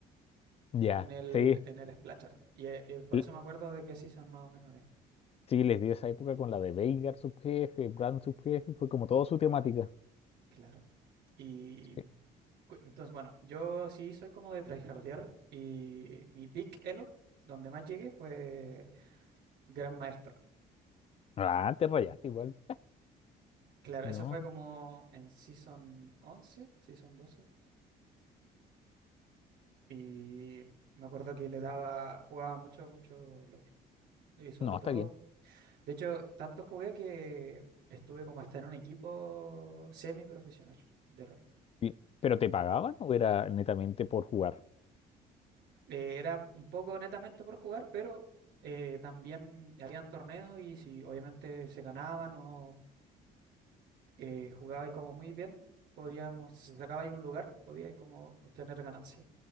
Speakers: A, on the left (about 35°); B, on the right (about 75°).
A: ya.
B: en el,
A: Sí,
B: en el Splashart. Y eh, eh, por
A: l-
B: eso me acuerdo de qué season más o menos es,
A: sí, les dio esa época con la de Veigar subjefe, Brand subjefe, fue como toda su temática.
B: claro. Y
A: Sí.
B: cu- entonces, bueno, yo sí soy como de tryhardear y mi pick elo, donde más llegué, fue Gran Maestro.
A: Ah, te rayaste igual.
B: Claro,
A: No,
B: eso fue como en Season 11, Season doce Y me acuerdo que le daba, jugaba mucho, mucho LOL. Y sobre
A: no,
B: todo,
A: está bien.
B: de hecho, tanto jugué que estuve como hasta en un equipo semiprofesional de LOL.
A: Bien. ¿Pero te pagaban o era netamente por jugar?
B: Eh, era un poco netamente por jugar, pero eh, también habían torneos y si obviamente se ganaban o eh, jugabais como muy bien, podíamos, si sacabais un lugar, podíais como obtener ganancias.